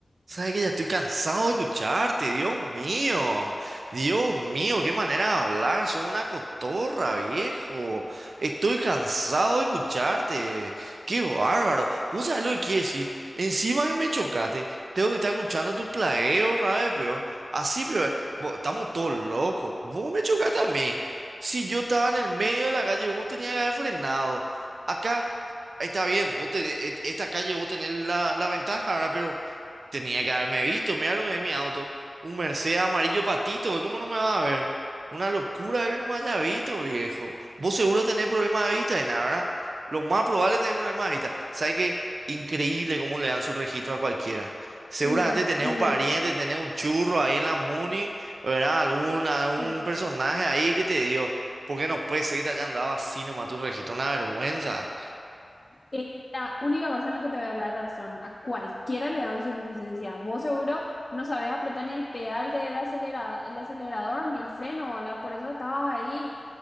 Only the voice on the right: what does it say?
Sabes que ya estoy cansado de escucharte, Dios mío, Dios mío, qué manera de hablar, sos una cotorra, viejo. Estoy cansado de escucharte, qué bárbaro. ¿Vos sabés lo que quiere decir? Encima que me chocaste, tengo que estar escuchando tu plagueo, rabe, peor. Así, peor, vos- estamos todos locos. Vos me chocaste a mí. Si yo estaba en el medio de la calle, vos tenías que haber frenado. Acá. Está bien, vos tenés- e- esta calle vos tenés la, la ventaja, ¿verdad? Tenía que haberme visto, mira lo que es mi auto. Un Mercedes amarillo patito, güey, ¿cómo no me va a ver? Una locura que no me haya visto, viejo. Vos seguro tenés problemas de vista, y nada, ¿verdad? Lo más probable es tener problemas de vista. ¿Sabes qué? Increíble cómo le dan su registro a cualquiera. Seguramente
tenés
un pariente, tenés un churro ahí en la Muni, ¿verdad? Algún, algún
personaje ahí que te dio. Porque no puede ser que te hayan dado así nomás tu registro, una vergüenza.